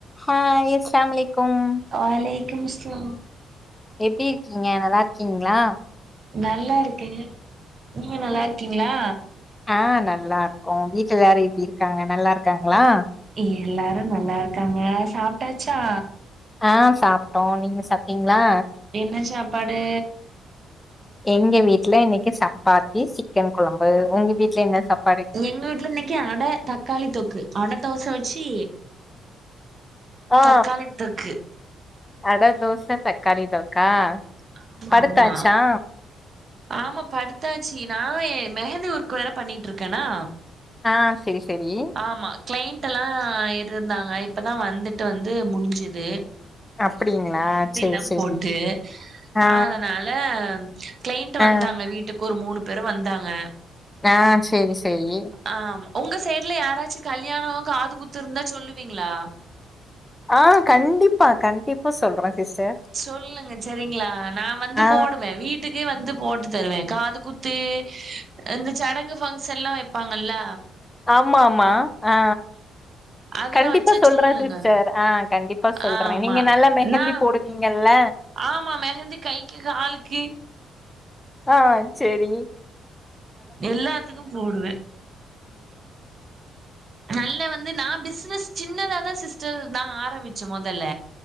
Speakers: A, on the left; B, on the right.
A: Hi ஸ்லாம்மலேக்கும்
B: அலேக்கும் ஸ்லாம்
A: எப்டி இருக்கீங்க நல்லா இருக்கீங்ளா
B: நல்லா இருக்கேங்க நீங்க நல்லா இருக்கீங்ளா
A: ஆ நல்லா இருக்கோ வீட்ல எல்லாரு எப்டி இருக்காங்க நல்லா இருக்காங்ளா
B: இங்க எல்லாரு நல்லா இருக்காங்க சாப்டாச்சா
A: ஆ சாப்ட்டோ நீங்க சாப்டீங்ளா
B: என்ன சாப்பாடு
A: எங்க வீட்ல இன்னைக்கி சப்பாத்தி சிக்கன் கொழம்பு உங்க வீட்ல என்ன சாப்
B: எங்கூட்ல இன்னைக்கி அட தக்காளி தொக்கு அட தோச வெச்சி
A: ஆ
B: தக்காளி தொக்கு
A: அட தோச தக்காளி தொக்கா
B: ஆமா
A: படுத்தாச்சா
B: ஆமா ஆமா படுத்தாச்சு நா ஏ மெஹந்தி ஒர்க்கு வேற பண்ணிட்ருக்கேனா
A: ஆ செரி செரி
B: ஆமா க்ளெய்ண்ட்டெல்லா இருந்தாங்க இப்பதா வந்துட்டு வந்து முடிஞ்சுது
A: அப்டிங்களா
B: மெஹந்தில்லா
A: செரி செரி
B: போட்டு
A: ஆ
B: அதனால த க்ளெய்ண்ட்டு
A: ஆ
B: வந்தாங்க வீட்டுக்கு ஒரு மூணு பேரு வந்தாங்க
A: ஆ செரி செரி
B: ஆமா உங்க சைட்ல யாராச்சு கல்யாணோ காதுகுத்து இருந்தா சொல்லுவீங்ளா
A: ஆ கண்டிப்பா கண்டிப்பா சொல்றே சிஸ்டர்
B: சொல்லுங்க செரிங்ளா நா வந்து
A: ஆ
B: போடுவே வீட் டுக்கே வந்து போட்டு தருவே காது குத்து அந்த சடங்கு ஃபங் ஷன்லா வெப்பாங்கள்ல
A: ஆமா ஆமா ஆ
B: அதெல்லா
A: கண்டிப்பா
B: வச்சா
A: சொல்றே
B: சொல்லுங்க
A: சிஸ்டர் ஆ கண்டிப்பா சொல்றே
B: ஆமா
A: நீங்க நல்லி மெஹந்தி
B: நா
A: போடுவீங்கல்ல
B: ஆமா மெஹந்தி கைக்கு காலுக்கு
A: ஆ செரி
B: எல்லாத்துக்கு போடுவே நல்ல வந்து நா பிசினஸ் சின்னதாதா சிஸ்டர் நா ஆரம்பிச்சே மொதல்ல